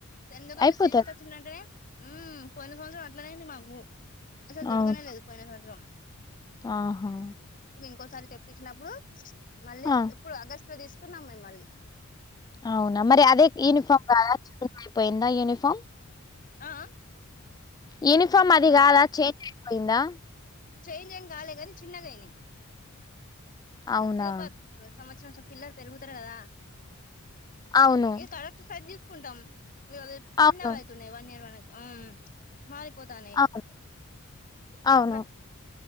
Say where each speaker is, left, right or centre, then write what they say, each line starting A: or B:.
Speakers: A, on the left; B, on the left.
A: ఎందుకంటే
B: అయిపోతది
A: తీసుకొచ్చిందింటే హ్మ్ పొయిన సంవత్సరం అట్లనే ఐంది మాకు అసలు దోరకనే
B: అవును
A: లేదు పోయిన సంవత్సరం
B: ఆహా
A: ఒక్కసారి తెప్పించినప్పుడు మళ్ళీ
B: ఆ
A: ఎప్పుడు అగస్ట్ లో తీసుకున్నాం మేమ్ మల్లి
B: అవున్ మరి అదే యూనిఫామ్ కాదా చేంజ్ అయిపోయిందా యూనిఫామ్
A: ఆ ఆ
B: యూనిఫామ్ అది
A: ఏమన్నారు
B: కాదా చేంజ్ అయిపోయిందా
A: చేంజ్ ఏం కాలే కాని చిన్నగాయింది
B: అవునా
A: ఇగ ప్ర సంవత్సరం సంవత్స పిల్లలు పెరుగుతారు కదా
B: అవును
A: ఇగ కరక్ట్ సైజ్ తీసుకుంటాం. ఇగ
B: అవును
A: చిన్నగా ఐతున్నాయి వన్ ఇయర్ వరకు మారిపోతానయి
B: అవును అవును
A: అ